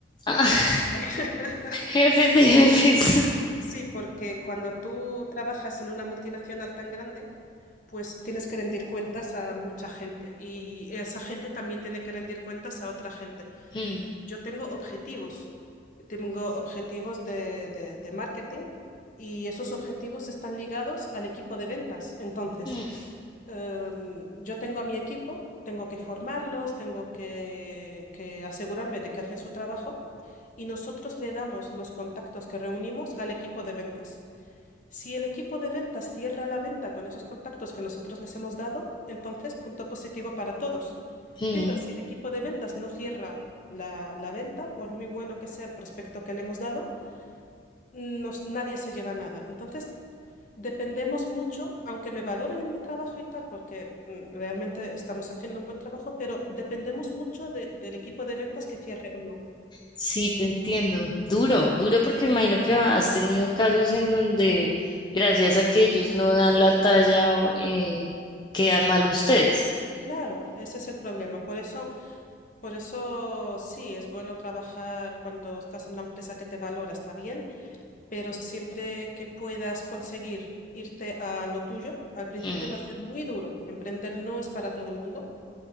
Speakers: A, on the left; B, on the left.
A: Ah,
B: Así que <laughs>
A: jefes de jefes. <laughs>
B: Sí, porque cuando tú trabajas en una multinacional tan grande, pues tienes que rendir cuentas a mucha gente y esa gente también tiene que rendir cuentas a otra gente.
A: Mm,
B: Y yo tengo objetivos, tengo objetivos de, de de marketing y esos objetivos están ligados al equipo de ventas. Entonces,
A: mm,
B: em, yo tengo a mi equipo, tengo que formarlos, tengo que, que asegurarme de que hacen su trabajo y nosotros le damos los contactos que reunimos al equipo de ventas. Si el equipo de ventas cierra la venta con esos contactos que nosotros les hemos dado, entonces punto positivo para todos.
A: mm.
B: Pero si el equipo de ventas no cierra la, la venta, por muy bueno que sea el prospecto que le hemos dado, nos- nadie se lleva nada. Entonces, Dependemos mucho, aunque me valoren en mi trabajo y tal, porque mm, realmente estamos haciendo un buen trabajo, pero dependemos mucho de- del equipo de ventas que cierre o no.
A: Sí, te entiendo. Duro, duro porque me imagino que has tenido casos en donde gracias a que ellos no dan la talla o, eh, quedan
B: Sí,
A: mal ustedes.
B: claro, ese es el problema. Por eso, por eso sí, es bueno trabajar cuando estás en una empresa que te valora, está bien, pero siempre que puedas conseguir irte a lo tuyo, al principio
A: Mm.
B: va a ser muy duro. Emprender no es para todo el mundo.